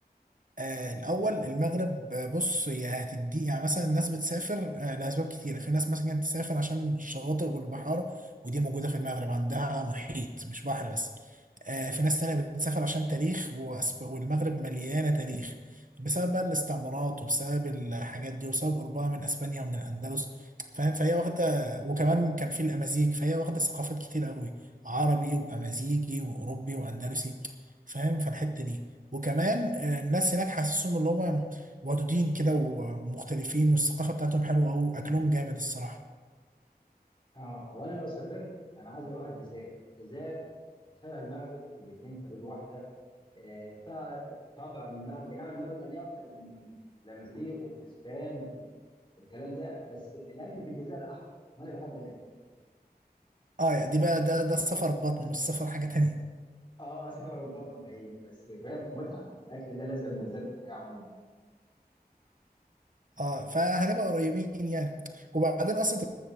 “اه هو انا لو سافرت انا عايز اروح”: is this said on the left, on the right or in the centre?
Left